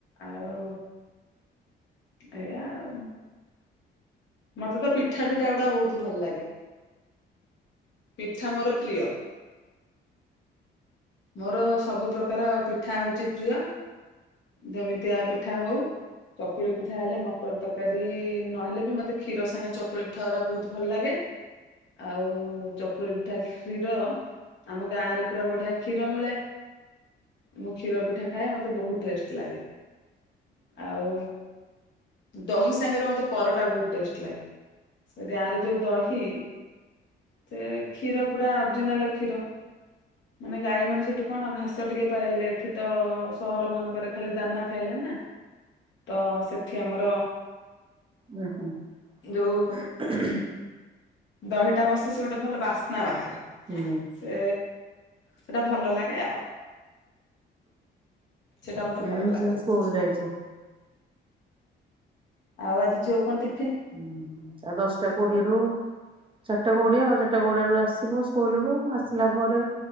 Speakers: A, on the left; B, on the right.
A: ଆଉ ଏଇଆ ଆଉ। ମତେ ତ ପିଠା ଫିଠା ଗୁଡା ବହୁତ ଭଲ ଲାଗେ। ପିଠା ମୋର ପ୍ରିୟ ମୋର ସବୁ ପ୍ରକାର ପି ପିଠା ହଉଚି ପ୍ରିୟ ଯେମିତିଆ ପି ପିଠା ହଉ ଚକୁଳି ପିଠା ହେଲେ ମଟର ତରକାରୀ ନହେଲେ ବି ମତେ କ୍ଷୀର ସାଙ୍ଗେ ଚକ ଚକୁଳି ପିଠା ଉରା ବହୁତ୍ ଭଲ ଲାଗେ ଆଉ ଚକୁଳି ପିଠା କ୍ଷୀର ଆମ ଗାଁ ରେ ପୁରା ବଢିଆ କ୍ଷୀର ମିଳେ। ମୁଁ କ୍ଷୀର ପିଠା ଖାଏ ମତେ ବହୁତ୍ ଟେଷ୍ଟ ଲାଗେ। ଆଉ ଦହି ସାଙ୍ଗରେ ମତେ ପରଟା ବହୁତ୍ ଟେଷ୍ଟ ଲାଗେ। ସେ ଗାଁର ଯଉ ଦହି ସେ କ୍ଷୀର ପୁରା ଅଜିନାଲ କ୍ଷୀର। ମାନେ ଗାଈ ମାନେ ସେଠୁ କଣ ଘାସ ଟିକେ ପାଇଲେ ଏଠି ତ ସହର ମାନଙ୍କରେ ଖାଲି ଦାନା ଖାଇଲା। ନାଁ ତ ସେଠି ଆମର
B: ଜା ହୁଁ
A: ଯୋଉ
B: <inaudible>
A: ଦହିଟା ବସେ ସେ ଗୋଟେ ଭଲ ବାସ୍ନା ବାହାରେ
B: ହୁଁ
A: ସେ ସେଟା ଭଲ ଲାଗେ ଆଉ। ସେଟା ମତେ
B: ହୁଁ
A: ଭଲ ଲାଗେ
B: ଝିଅ
A: ବହୁତ୍।
B: ସ୍କୁଲ ଯାଇଛି।
A: ଆଉ ଆଜି ଝିଅ କୁ କଣ ଟି
B: ହୁଁ ଆଉ ଦଶଟା କୋଡିଏରୁ ଚାରିଟା କୋଡିଏ ଆଉ ଚାରିଟା କୋଡିଏ ରୁ ଆସିବ ସ୍କୁଲ ରୁ ଆସିଲା ପରେ